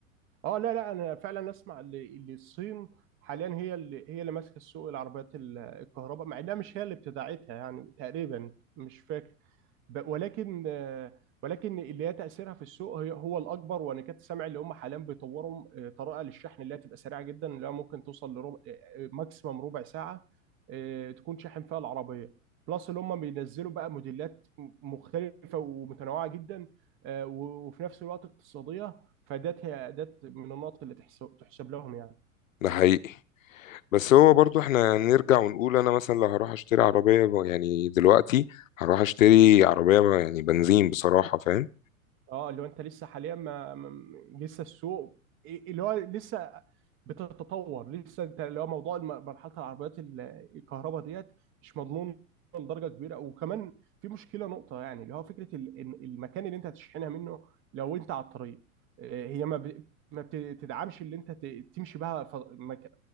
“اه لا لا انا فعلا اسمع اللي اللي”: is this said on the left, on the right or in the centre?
Right